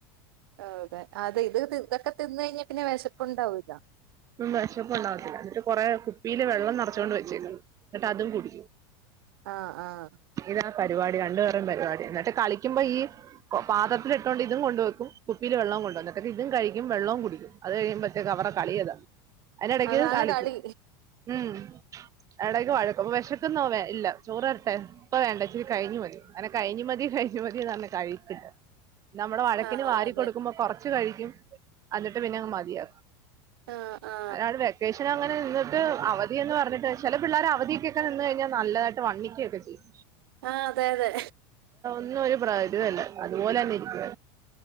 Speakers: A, on the right; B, on the right.
A: അതെ അത് ഇത് തി ഇതൊക്കെ തിന്ന് കഴിഞ്ഞാ പിന്നെ വിശപ്പുണ്ടാവൂല
B: വെശപ്പ് ഒണ്ടാവത്തില്ല എന്നിട്ട് കൊറെ കുപ്പിയില് വെള്ളം നറ <unintelligible> തിന്നും എന്നിട്ട് അതും കുടിക്കും-
A: ആഹ് ആഹ്
B: ഇതാ പരിപാടി രണ്ടു പേരും പരിപാടി എന്നിട്ട് കളിക്കുമ്പോ ഈ പാത്രത്തിലിട്ടോണ്ട് ഇതും കൊണ്ട് വെക്കും കുപ്പിൽ വെള്ളവും കൊണ്ടു വെക്കും എന്നിട്ട് ഇതും കഴിക്കും വെള്ളവും കുടിക്കും അത് കഴിയുമ്പോത്തേക്ക് അവര കളിയതാണ് അതിനിടക്ക്
A: അതാണ്
B: കളിക്കും
A: കളി
B: ഉം അവിടക്ക് വഴക്കും വിശക്കന്നും ഇല്ല ചോറ് തരട്ടെ ഇപ്പ വേണ്ട ഇച്ചിരി കഴിഞ്ഞ് മതി അങ്ങനെ കഴിഞ്ഞ് മതി കഴിഞ്ഞ് മതിന്ന് പറഞ്ഞ് കഴിക്കേല്ല- നമ്മുടെ വഴക്കിന്
A: ആ
B: വാരി
A: അതെ
B: കൊടുക്കുമ്പോ കൊറച്ച്- ച്ച് കഴിക്കും അന്നിട്ട് പിന്നെങ്ങ് മതിയാക്കും-
A: ആ ആ
B: അതാണ് വെക്കേഷൻ അങ്ങൻ- എന്നിട്ട് അവധി എന്ന് പറഞ്ഞിട്ട് ചെല പിള്ളേര് അവധിക്കൊക്കെ നിന്ന് കഴിഞ്ഞാൽ നല്ലതായിട്ട് വണ്ണിക്കൊക്കെ ചെയ്യും
A: ആഹ് അതെ അതെ
B: ഇതൊന്നും ഒരു പ്രയോജനവുമില്ല അതുപോലെ തന്നെ ഇരിക്കുവ